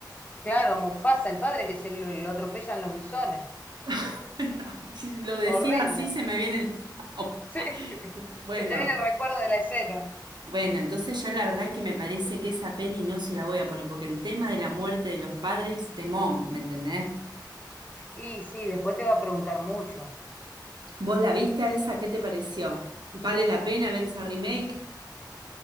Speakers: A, on the left; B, on the right.
A: claro, Mufasa, el padre que se lo, lo atropellan los bisones.
B: <laughs> Si lo decía
A: Horrible.
B: así, se me viene el trauma.
A: Sí, <laughs>
B: <laughs> Bueno.
A: se te viene el recuerdo de la escena.
B: Bueno, entonces ya la verdad es que me parece que esa peli no se la voy a poner, porque el tema de la muerte de los padres, temón, ¿me entendés?
A: Y sí, después te va a preguntar mucho.
B: ¿Vos la viste a esa? ¿Qué te pareció? ¿Vale la pena ver esa remake?